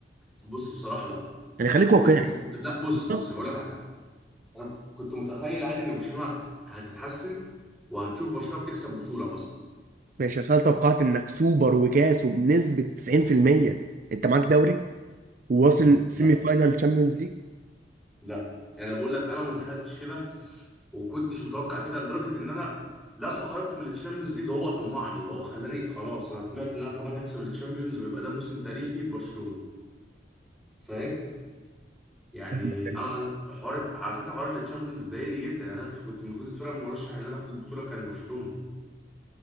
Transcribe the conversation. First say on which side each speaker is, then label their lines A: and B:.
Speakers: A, in the centre; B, on the right.
A: بص بصراحه لا
B: يعني خليك
A: ما
B: واقعي
A: كنت يعني كنت لا بص
B: بالظبط
A: بص هقول لك على حاجه انا كنت متخيل عادي ان برشلونه هتتحسن وهنشوف برشلونه بتكسب بطوله مثلا
B: ماشي اصل أنا توقعت انك سوبر وكاس وبنسبه 90% انت معاك دوري وواصل سيمي
A: لا
B: فاينال تشامبيونز ليج
A: لا يعني انا بقول لك انا متخيلتش كده وكنتش متوقع كده لدرجه ان انا لما خرجت من التشامبيونز ليج هو طمعني هو خلاني خلاص انا طمعت ان انا كمان هكسب التشامبيونز ويبقى ده موسم تاريخي لبرشلونه فاهم يعني
B: فاهمك، يعني
A: انا حوار على فكره حوار التشامبيونز ضايقني جدا يعني انا كنت المفروض الفرقه المرشح ان انا اخد البطوله كان برشلونه